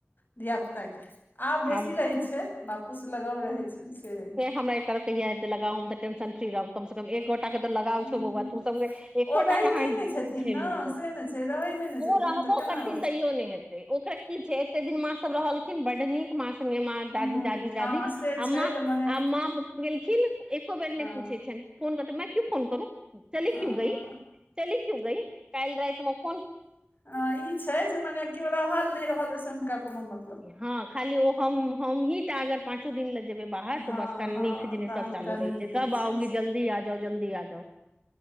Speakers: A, on the left (about 50°); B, on the right (about 20°).
A: धिया पुता के आब बेसी
B: हम
A: रहै छै बापोसँ लगाव रहै छै। छनि से रहै
B: हमरा एकर कहिया हेतै लगाव हम त टेंशन फ्री रहब कम से कम एको एकोटा तऽ लगाव
A: हूँ
B: छौ बौआ तू सब जे एकोटा
A: ओ रहिते
B: कहाँ
A: नहि छथिन
B: छैलय
A: ने
B: ओ
A: से ने छै रहै नहि ने
B: ओ
A: छथिन
B: रहबो
A: तऽ केना
B: करथिन
A: रहथिन
B: तैयो नै हेतय ओकरा की छै एते दिन माँ सब रहलखिन बड्ड नीक माँ सब सङ्गे माँ दादी
A: हूँ
B: दादी दादी
A: हँ से छै
B: आ माँ
A: जे मने
B: आ माँ पपा गेलखिन एको बेर नहि
A: अ
B: पूछय छथिनह फोन कर त मैं क्यूं फोन करूं। चली
A: अ
B: क्यूं गई चली क्यूं गई काइल रातिमे फोन
A: ल ई छै जे मने केओ रहल नहि रहल ओहिसँ हुनका कोनो मतल
B: हँ ओ हम हमही टा अगर पाँचो दिन लए जेबै बाहर तऽ
A: हँ
B: बस कननी
A: हँ
B: खिजनी
A: तहन
B: सब चालू
A: कननी
B: रहै छै कब आओगी
A: से
B: जल्दी आ जाओ जल्दी आ जाओ